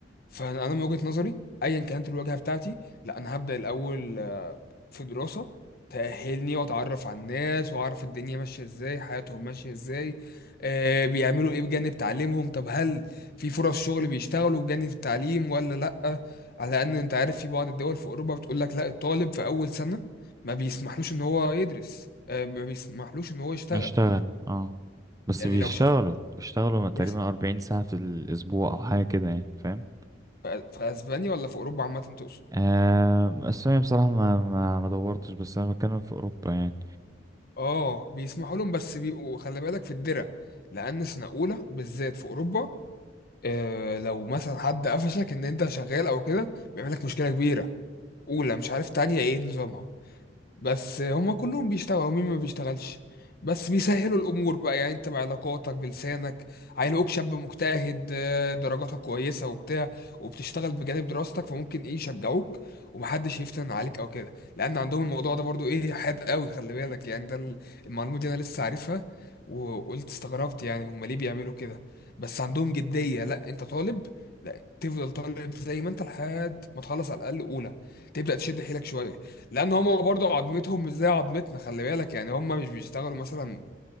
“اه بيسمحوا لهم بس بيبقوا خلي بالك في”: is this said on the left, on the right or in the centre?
Left